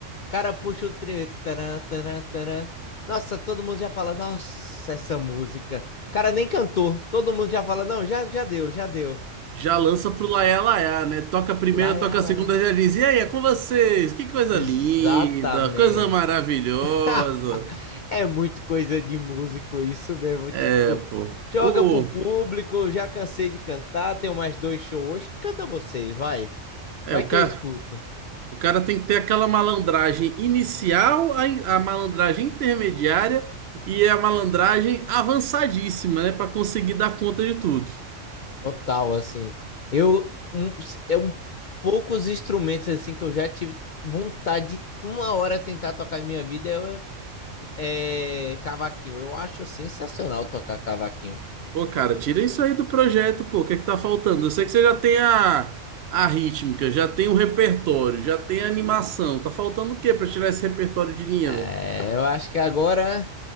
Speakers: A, on the left; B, on the right.
A: O cara puxa o primeiro. Taran, taran, taran. Nossa, todo mundo já fala, nossa, essa música. O cara nem cantou. Todo mundo já fala, não, já, já deu, já deu.
B: Já lança pro laiá laiá, né? Toca a primeira,
A: Lá, é,
B: toca a
A: lá.
B: segunda,
A: é.
B: já diz: E aí, é com vocês? Que coisa
A: Exatamente.
B: linda, coisa maravilhosa.
A: <laughs> É muito coisa de músico isso mesmo.
B: É,
A: Tipo,
B: pô.
A: joga
B: O,
A: pro público, já cansei de cantar, tenho mais dois shows. hoje. Canta vocês, vai.
B: é,
A: Vai
B: o
A: que
B: cara,
A: eu escuto.
B: o cara tem que ter aquela malandragem inicial, a, in- a malandragem intermediária e a malandragem avançadíssima, né? Pra conseguir dar conta de tudo.
A: Total, assim. Eu, um, é um poucos instrumentos, assim, que eu já tive vontade de uma hora tentar tocar na minha vida é, é cavaquinho. Eu acho sensacional tocar cavaquinho.
B: Pô, cara, tira isso aí do projeto, pô. O que é que tá faltando? Eu sei que você já tem a, a rítmica, já tem o repertório, já tem a animação. Tá faltando o quê pra tirar esse repertório de linha,
A: É,
B: velho?
A: eu acho que agora